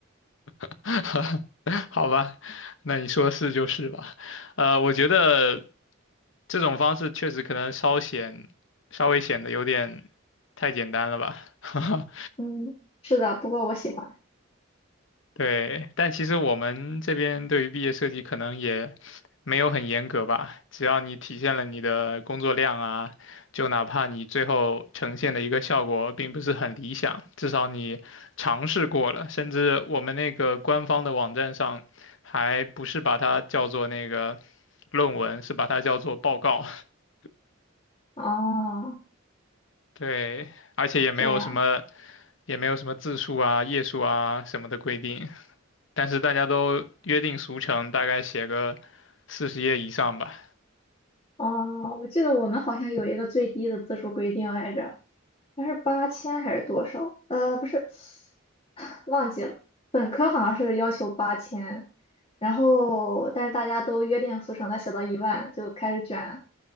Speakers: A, on the left; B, on the left.
A: <laughs> 好吧，那你说是就是吧。呃，我觉得这种方式确实可能稍显稍微显得有点太简单了吧。<laughs>
B: 嗯，是的。不过我喜欢
A: 对，但其实我们这边对于毕业设计可能也没有很严格吧，只要你体现了你的工作量啊，就哪怕你最后呈现的一个效果并不是很理想，至少你尝试过了。甚至我们那个官方的网站上，还不是把它叫做那个论文，是把它叫做报告。<laughs>
B: 哦，
A: 对，而且也没有什么，
B: 这样
A: 也没有什么字数啊、页数啊什么的规定。但是大家都约定俗成，大概写个四十页以上吧。
B: 哦。我记得我们好像有一个最低的字数规定来着，它是八千还是多少？呃，不是，<sighs> 忘记了。本科好像是要求八千，然后但是大家都约定俗成的写到一万就开始卷，